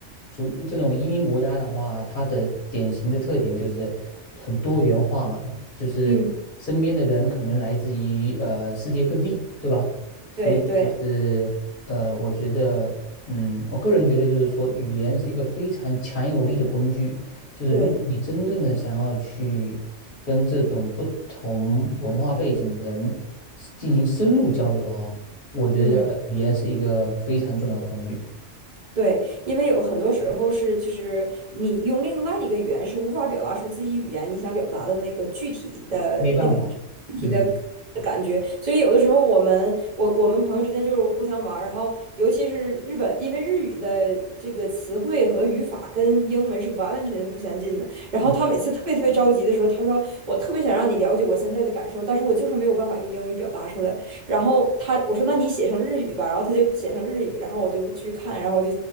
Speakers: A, on the left; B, on the right.
A: 属于这种移民国家的话，它的典型的特点就是很多元化嘛，就是身边的人可能来自于呃世界各地，
B: 嗯，
A: 对吧？所以就是呃，
B: 对对
A: 我觉得，嗯，我个人觉得就是说，语言是一个非常强有力的工具，就是如果你真正的想要去跟这种不同文化背景的人
B: 对，
A: 进行深入交流啊。我觉得语言是一个非常重要的工具，
B: 嗯。对，因为有很多时候是，就是你用另外一个语言是无法表达出自己语言你想表达的那个具体的那个
A: 没办法，
B: 具体的
A: 嗯
B: 感觉，所以有的时候我们我我们朋友之间就是互相玩儿，然后尤其是日本，因为日语的这个词汇和语法跟英文是完完全全不相近的，然后他每次特别特别着急的时候，
A: 嗯
B: 他说我特别想让你了解我现在的感受，但是我就是没有办法用英语表达出来。然后他我说那你写成日语吧，然后他就写成日语，然后我就去看，然后就